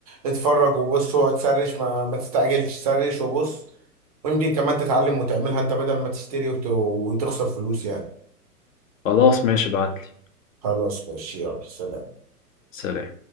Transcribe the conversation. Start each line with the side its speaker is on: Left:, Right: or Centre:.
Right: اتفرج وبص وتسرش ما, ما تستعجلش سرش وبص ويمكن كمان تتعلم وتعملها انت بدل ما تشتري وت- وتخسر فلوس يعني
Left: خلاص ماشي ابعتلي
Right: خلاص ماشي يلا سلام
Left: سلام